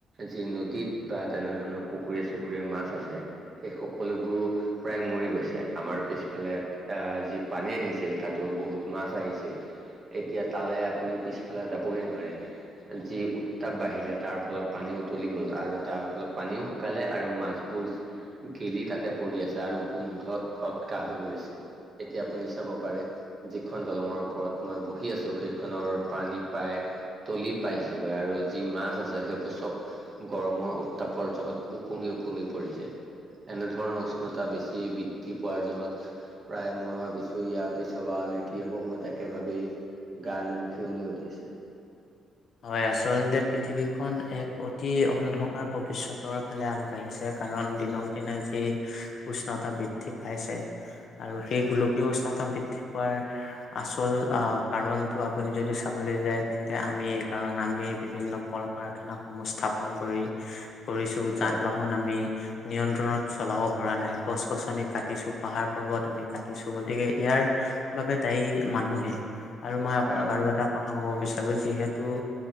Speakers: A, on the right; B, on the left.
A: যি নদীত বা তেনে ধৰণৰ পুখুৰীয়ে চুখুৰীয়ে মাছ আছে সেই সকলোবোৰো প্ৰায় মৰি গৈছে আমাৰ পিছফালে আহ যি পানী আহিছিল তাতো বহুত মাছ আহিছিল এতিয়া তালে আপুনি পিছফালে যাবই নোৱাৰে যি উত্তাপ বাঢ়িলে তাৰ ফলত পানী উতলি গ'ল আৰু তাৰ ফলত পানীও, শুকালে আৰু মাছবোৰ গেলি তাতে পৰি আছে আৰু গোন্ধত অটকা হৈ পৰিছে। এতিয়া আপুনি চাব পাৰে যিখন দলঙৰ ওপৰত মই বহি আছো সেই। খনৰ প্ৰাণী প্ৰায় তলি পাইছেগৈ আৰু যি মাছ আছে সেইবোৰ চব। গৰমৰ উত্তাপৰ জহত ওপুঙি ওপুঙি পৰিছে। এনেধৰণৰ উষ্ণতা বেছি বৃদ্ধি পোৱাৰ জহত। প্ৰায় মই ভাবিছোঁ ইয়াৰ পিছৰবাৰলৈ কি হ'ব মই তাকে ভাবি। গাৰ নুম সিয়ঙি উঠিছে।
B: হয় আচলতে পৃথিৱীখন এক অতি অন্ধকাৰ ভৱিষ্যতৰ ফালে আগ বাঢ়িছে কাৰণ দিনক দিনে যি উষ্ণতা বৃদ্ধি পাইছে। আৰু সেই গোলকীয় উষ্ণতা বৃদ্ধি পোৱাৰ। আচল আহ কাৰণটো আপুনি যদি চাবলৈ যায় তেন্তে আমি। কাৰণ আমি বিভিন্ন কল কাৰখানা সমূহ স্থাপন কৰি কৰিছো যান
A: হয়
B: বাহন। বাহন আমি। নিয়ন্ত্ৰণত চলাব পৰা নাই গছ গছনি কাটিছো পাহাৰ পৰ্বত আমি কাটিছো গতিকে। ইয়াৰ বাবে দায়ী মানুহে আৰু মই আপোনাক
A: হয়
B: আৰু
A: হয়
B: এটা কথা ক'ব বিচাৰো যিহে তো